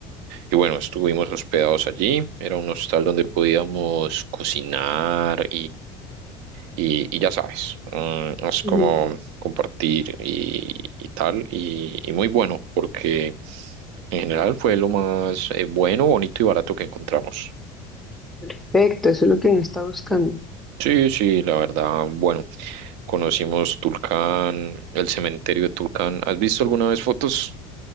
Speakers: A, on the right; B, in the centre.
A: y bueno, estuvimos hospedados allí. Era un hostal donde podíamos cocinar y, y ya sabes, mm, es
B: ujú.
A: como compartir y, y tal, y, y muy bueno, porque en general fue lo más eh, bueno, bonito y barato que encontramos.
B: Perfecto, eso es lo que uno está buscando.
A: Sí, sí, la verdad, bueno, conocimos Tulcán, el cementerio de Tulcán. ¿Has visto alguna vez fotos?